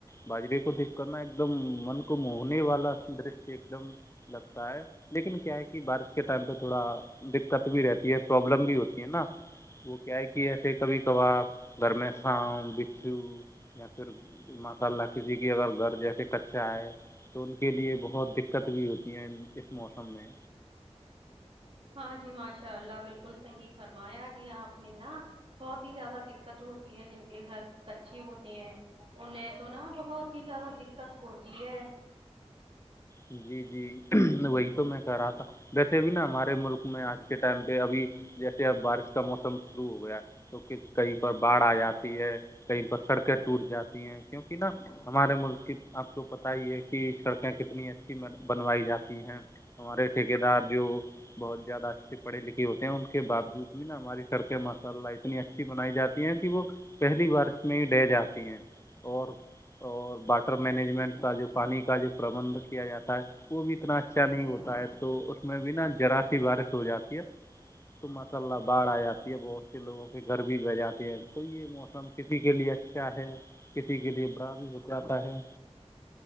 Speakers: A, on the left (about 25°); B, on the right (about 55°).
A: باجرے کو دیکھ کرنا ایک ایک دم من کو موہنے والا درشیہ ایک دم لگتا ہے لیکن کیا ہے کہ بارش کے ٹائم پہ تھوڑا دقت بھی رہتی ہے پرابلم بھی ہوتی ہے نا وہ کیا ہے کہ ایسے کبھی کبھار گھر میں ساؤ بچھو یا پھر ماشاء اللہ کسی کی اگر گھر جیسے کچا ہے تو ان کے لیے بہت دقت بھی ہوتی ہیں اس موسم میں
B: ہاں جی ماشاء اللہ بالکل صحیح فرمایا جی آپ نے نا بہت ہی زیادہ دقت ہوتی ہے جن کے گھر کچے ہوتے ہیں انہیں تو نا بہت ہی زیادہ دقت ہوتی ہے
A: جی جی وہی تو میں کہہ رہا تھا ویسے بھی نا ہمارے ملک میں آج کے ٹائم پہ ابھی جیسے اب بارش کا موسم شروع ہو گیا تو کہیں پر بڑھ آ جاتا کہیں پر سڑکیں ٹوٹ جاتی ہیں کیونکہ نا ہمارے ملک کی آپ کو پتہ ہی ہے کہ سڑکیں کتنی اچھی بنوائی جاتی ہیں ہمارے ٹھیک دار جو بہت زیادہ اچھے پڑے لکھے ہوتے ہیں ان کے باوجود بھی نا ہماری سر کے ماشاء اللہ انی اچھی بنائی جاتی ہے کہ وہ پہلی بار اس میں ہی ڈہ جاتی ہیں اور اور واٹر مینجمنٹ کا جو پانی کا جو پربندھ کیا جاتا ہے وہ بھی اتنا اچھا نہیں ہوتا ہے تو اس میں بھی نا جذرا سی بارش ہو جاتی ہے تو مس اللہ باڑھ آ جاتی ہے بہت سے لوگوں کے گھر بھی بہ جاتے ہیں تو یہ موسم کسی کے لیے اچھا ہے کسی کے لیے برا بھی ہو جاتا ہے